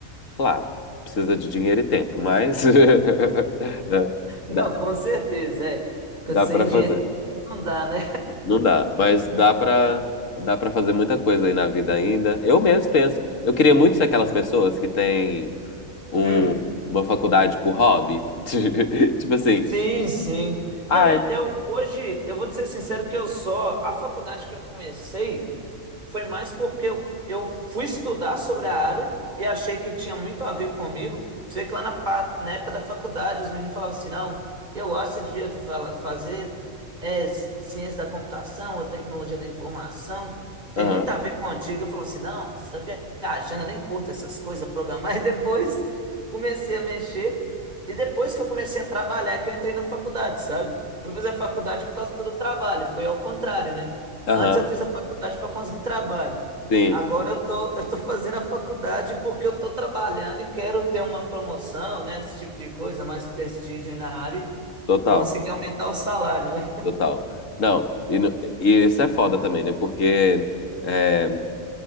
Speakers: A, on the left (about 70°); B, on the right (about 35°).
A: claro, precisa de dinheiro e tempo, mas <laughs> é,
B: Não,
A: dá,
B: com certeza, é. Porque
A: dá
B: sem
A: para
B: dinheiro
A: fazer.
B: não dá, né?
A: Não dá, mas dá pra, dá pra fazer muita coisa aí na vida ainda. Eu mesmo penso, eu queria muito ser aquelas pessoas que têm um-
B: Hum.
A: uma faculdade por hobby. <laughs> Tipo assim,
B: Sim, sim. Não,
A: ai,
B: eu, eu- hoje eu vou te ser sincero que eu só a faculdade que eu comecei foi mais porque eu, eu fui estudar sobre a área e achei que tinha muito a ver comigo. Você vê que lá na, pa- na época da faculdade os meninos falavam assim, não, eu acho que você devia fala- fazer é, ciência da computação ou tecnologia da informação. Tem
A: aham,
B: muito a ver contigo. Eu falo assim, não, você está viajando, eu nem curto essas coisas, programar. <laughs> E depois comecei a mexer. E depois que eu comecei a trabalhar, é que eu entrei na faculdade, sabe? Fui fazer a faculdade por causa do trabalho, foi ao contrário, né?
A: aham,
B: Antes eu fiz a faculdade para conseguir trabalho.
A: sim,
B: Agora eu tô, eu tô <laughs> fazendo a faculdade porque eu tô trabalhando e quero ter uma promoção, né? Esse tipo de coisa, mais prestígio na área e
A: total,
B: conseguir aumentar o salário, né?
A: total. Não, e, no- e isso é foda também, né? Porque é,